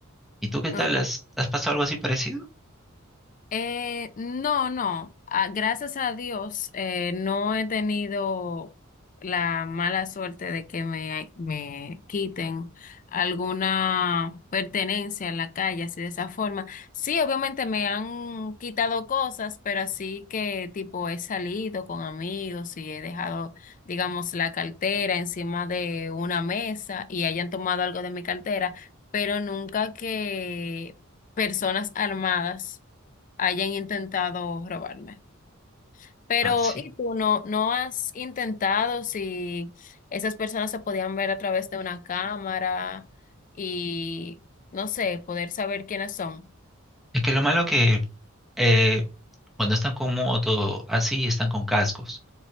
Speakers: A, in the centre; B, on the left.
A: ¿Y tú qué
B: Todo.
A: tal? ¿Has, has pasado algo así parecido?
B: Eh, no, no. Ah, gracias a Dios, eh, no he tenido la mala suerte de que me, me quiten alguna pertenencia en la calle, así de esa forma. Sí, obviamente me han quitado cosas, pero así que tipo he salido con amigos y he dejado, digamos, la cartera encima de una mesa y hayan tomado algo de mi cartera, pero nunca que personas armadas hayan intentado robarme. Pero,
A: Ah, sí.
B: ¿y tú no, no has intentado si esas personas se podían ver a través de una cámara y, no sé, poder saber quiénes son?
A: Es que lo malo que eh, cuando están con moto, así están con cascos.